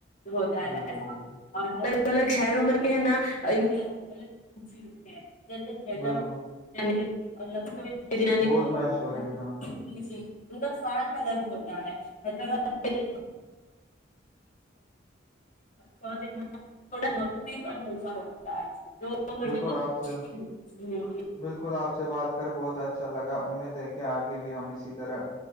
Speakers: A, on the left (about 40°); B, on the left (about 20°).
A: ہوتا
B: بالکل
A: ہے ایسا
B: بالکل
A: اور الگ الگ شہروں میں بھی ہے نا ان کی ال جیسے حیدرآباد
B: بالکل
A: بریانی اور لکو بریانی
B: بہت
A: دونوں
B: میچ
A: ہی
B: ہو رہے ہیں ہاں
A: جی جی ان کا سواد الگ ہوتا ہے حیدرباد میں تھوڑا نک ہو ہوتا تو مجے
B: بالکل
A: تو
B: آپ سے
A: جی جی
B: بالکل آپ سے بات کر بہت اچھا لگا امید ہے کہ آگے بھی ہم اسی طرح